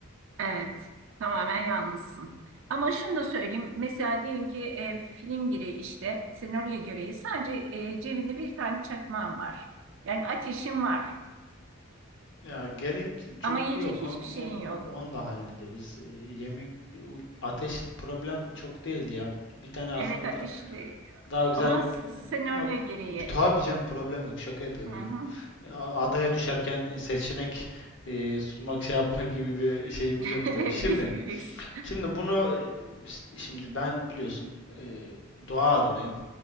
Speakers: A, on the right (about 65°); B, on the left (about 60°).
A: Evet, tamamen yalnızsın. Ama şunu da söyleyeyim. Mesela diyelim ki e, film gereği işte senaryo gereği sadece e, cebinde bir tane çakmağın var. Yani ateşin var
B: Ya gerek çok
A: ama yiyecek
B: yok.
A: hiçbir
B: On, on,
A: şeyin
B: on
A: yok.
B: onu da hallederiz. Ee, Yemek o ateş problem çok değil ya. Bir tane aslında
A: Evet ateşi
B: da
A: de-
B: daha güzel
A: ama
B: bir
A: senaryo
B: e, yok,
A: gereği.
B: tabii canım problem yok. Şaka yapıyorum
A: Hı hı.
B: canım. A- Adaya düşerken seçenek e, sunmak şey yapmak gibi bir şeyimiz
A: <laughs>
B: yok
A: Böyle
B: tabii. Şimdi
A: bir Lüks.
B: şimdi bunu e, s- şimdi ben biliyorsun e, doğa adamıyım.